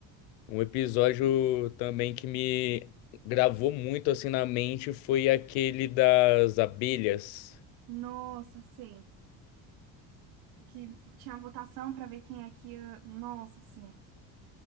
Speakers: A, on the left; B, on the right.
A: Um episódio
B: sim.
A: também que me gravou muito assim na mente foi aquele das abelhas.
B: Nossa, sim. Que f- tinha votação pra ver quem é que ia. Nossa, sim.